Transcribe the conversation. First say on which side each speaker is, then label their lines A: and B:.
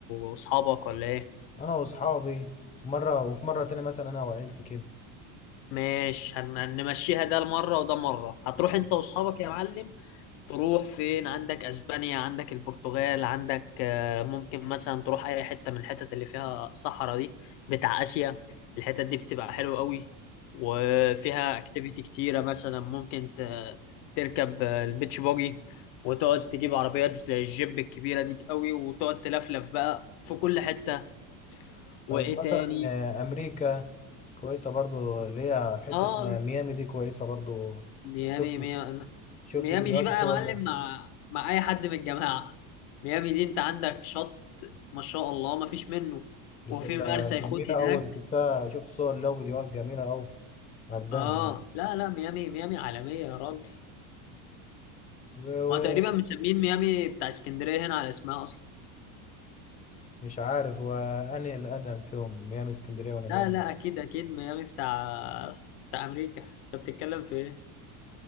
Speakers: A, on the left; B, on the left.
A: واصحابك ولا ايه
B: انا واصحابي مرة وفي مرة تانية مثلا انا وعيلتي كده
A: ماشي هن- هنمشيها ده مرة وده مرة هتروح
B: ماشي
A: انت واصحابك يا معلم تروح فين عندك اسبانيا عندك البرتغال عندك آه، ممكن مثلا تروح اي حته من الحتت اللي فيها الصحراء دي بتاع اسيا الحتت دي بتبقى حلوه قوي وفيها اكتيفيتي كتيره مثلا ممكن ت- تركب آه، البيتش باجي وتقعد تجيب عربيات زي الجيب الكبيره دي قوي وتقعد تلفلف بقى في كل حته
B: طب
A: وايه
B: مثلا
A: تاني
B: آه، امريكا كويسه برضو اللي هي الحته
A: اه
B: اسمها ميامي دي كويسه برضو
A: ميامي
B: شفت
A: ميامي
B: شفت
A: ميامي
B: فيديوهات
A: دي بقى
B: وصور
A: يا معلم
B: ليه
A: مع مع اي حد من الجماعه ميامي دي انت عندك شط ما شاء الله ما فيش منه
B: بالظبط
A: وفي
B: ده
A: مرسى
B: جميله
A: يخوت هناك
B: أوي شفتها شفت صور لها وفيديوهات جميله أوي عجباني
A: اه
B: يعني
A: لا لا ميامي ميامي عالميه يا راجل
B: و-
A: ما تقريبا مسمين ميامي بتاع اسكندريه هنا على اسمها اصلا
B: ومش عارف وأنهي الأقدم فيهم ميامي اسكندرية ولا ميامي
A: لا لا اكيد اكيد ميامي بتاع بتاع امريكا انت بتتكلم في ايه